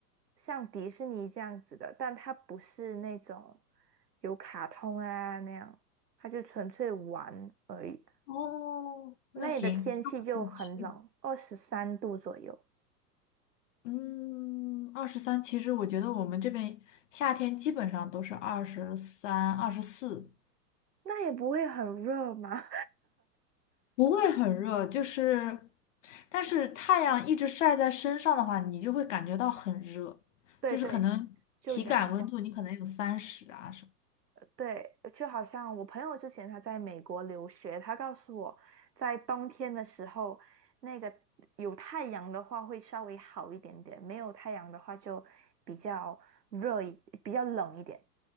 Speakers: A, on the right; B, on the left.
A: 像迪士尼这样子的，但它不是那种有卡通啊那样，它就纯粹玩而已。
B: 哦，那行，
A: 那里的天气就很冷，
B: 下次去。
A: 二十三度左右，
B: 嗯，二十三，其实我觉得我们这边夏天基本上都是二十三、二十四。
A: 那也不会很热嘛。
B: 不会很热，就是，但是太阳一直晒在身上的话，你就会感觉到很热，
A: 对对，
B: 就是可能体感温度你可能有三十啊什么。
A: 就阳光，对，就好像我朋友之前他在美国留学，他告诉我，在冬天的时候，那个有太阳的话会稍微好一点点，没有太阳的话就比较热一，比较冷一点。